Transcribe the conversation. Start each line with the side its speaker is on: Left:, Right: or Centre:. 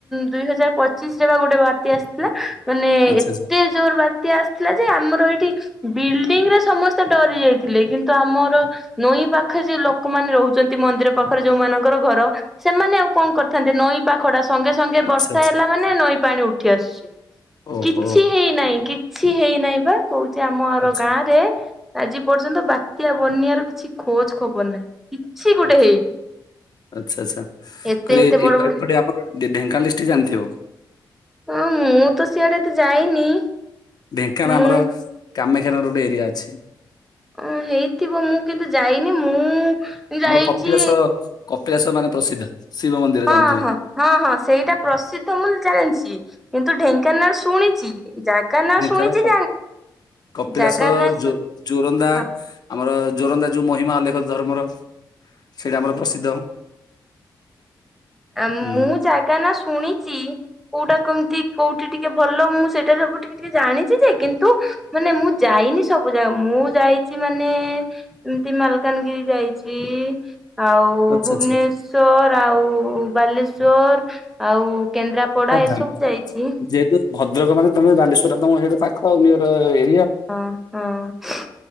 Centre: ଦୁଇ ହଜାର ପ ପଚିଶ ରେ ବା ଗୋଟେ ବାତ୍ୟା ଆସିଥିଲା ମାନେ
Left: ଆଚ୍ଛା
Centre: ଏତେ
Left: ଆଚ୍ଛା
Centre: ଜୋର ବାତ୍ୟା ଆସିଥିଲା ଯେ ଆମର ଏଇଠି ବିଲ୍ଡିଂ ରେ ସମସ୍ତେ ଡରି ଯାଇଥିଲେ କିନ୍ତୁ ଆମର ନଈ ପାଖେ ଯ ଲୋକମାନେ ରହୁଛନ୍ତି ମନ୍ଦିର ପାଖରେ ଯୋଉ ମାନଙ୍କ ଘର ସେମାନେ ଆଉ କଣ କରିଥାନ୍ତେ ନଈ ପାଖଡା ସଙ୍ଗେ ସଙ୍ଗେ
Left: ଆଚ୍ଛା
Centre: ବର୍ଷା
Left: ଆଚ୍ଛା
Centre: ହେଲା ମାନେ ନଈ ପାଣି ଉଠି ଆସୁଛି।
Left: ଓହୋ
Centre: କିଛି ହେଇନାହିଁ କିଛି ହେଇନାହିଁ ବା କହୁଛି ଆମର
Left: ଆଚ୍ଛା
Centre: ଗାଁରେ ଆଜି ପର୍ଯ୍ୟନ୍ତ ବାତ୍ୟା ବନ୍ୟାର କିଛି ଖୋଜ ଖବର ନାହିଁ କିଛି ଗୋଟେ
Left: ଆଚ୍ଛା
Centre: ହେଇନି।
Left: ଆଚ୍ଛା ଆଛା
Centre: ଏତେ
Left: କହିଲେ
Centre: ଏତେ
Left: ଏ
Centre: ବଡ
Left: ଏପଟେ
Centre: ବଡ
Left: ଆମର ଢେଙ୍କାନାଳ ଡିଷ୍ଟିକ ଜାଣିଥିବ
Centre: ହଁ ମୁଁ ତ ସିଆଡେ ଏତେ ଯାଇନି
Left: ଢେଙ୍କାନାଳ
Centre: ମୁଁ
Left: ଆମର କାମାକ୍ଷା ନଗର ଗୋଟେ ଏରିଆ ଅଛି।
Centre: ଅ ହେଇଥିବ ମୁଁ କିନ୍ତୁ ଯାଇନି ମୁଁ ଯାଇଛି
Left: ଆମର କପିଳାସ କପିଳାସ ମାନେ ପ୍ରସିଦ୍ଧ ଶିବ ମନ୍ଦିର
Centre: ହଁ
Left: ଜାଣିଥିବେ
Centre: ହଁ ହଁ ହଁ ସେଇଟା ପ୍ରସିଦ୍ଧ ମୁଁ ଜାଣିଛି। କିନ୍ତୁ ଢେଙ୍କାନାଳ ଶୁଣିଛି ଜାଗା ନା
Left: ଢେଙ୍କାନ
Centre: ଶୁଣିଛି
Left: କପିଳାସୋ
Centre: ଜାଗା ନା ଶୁ
Left: ଜୋରନ୍ଦା
Centre: ହଁ
Left: ଆମର ଜୋରନ୍ଦା ଯୋଉ ମହିମା ଅଲେଖ ଧର୍ମର ସେଇଟା
Centre: ଆଜ୍ଞା
Left: ଆମର ପ୍ରସିଦ୍ଧ
Centre: ଆଁ ମୁଁ
Left: ହୁଁ
Centre: ଜାଗା ନା ଶୁଣିଛି କୋଉଟା କେମତି କୋଉଠି ଟିକେ ଭଲ ମୁଁ ସେଇଟା ସବୁ ଟିକେ ଟିକେ ଜାଣିଛି ଯେ କିନ୍ତୁ ମାନେ ମୁଁ ଯାଇନି ସ ସବୁ ଯାଗା ମୁଁ ଯାଇଛି ମାନେ ଏମିତି ମାଲକାନଗିରି ଯାଇଛି ଆଉ
Left: ଆଚ୍ଛା
Centre: ଭୁବନେଶ୍ଵର
Left: ଆଚ୍ଛା
Centre: ଆଉ ବାଲେଶ୍ଵର ଆଉ କେନ୍ଦ୍ରାପଡା
Left: ହଁ ଧାମରା
Centre: ଏସବୁ ଯାଇଛି।
Left: ଯେହେତୁ ଭଦ୍ରକ ମାନେ ତମେ ବାଲେଶ୍ୱର ତମ ସେଇଟ ପାଖ ଆଉ ନିର ଏ
Centre: ହଁ ହଁ।